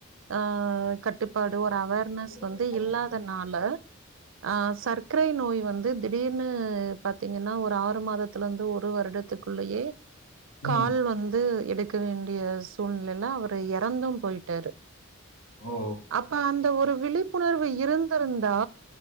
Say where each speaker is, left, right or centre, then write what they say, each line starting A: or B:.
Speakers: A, on the right; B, on the left.
A: ஆஹ் கட்டுப்பாடு அவேர்னஸ்
B: ம்
A: வந்து இல்லாதனால ஆஹ் சர்க்கரை நோ ய் வந்து திடீர்னு பாத்தீங்கன்னா ஒரு ஆறு மாதத்திலிருந்து ஒரு வருடத்துக்குள்ளயே கால்
B: ம்
A: வந் து எடுக்க வேண்டிய சூழ்நிலையிலா அவர் இறந்தும் போய்டாரு
B: ஓ
A: அப்ப அந்த ஒரு விழிப்புணர்வு இருந்திருந்தா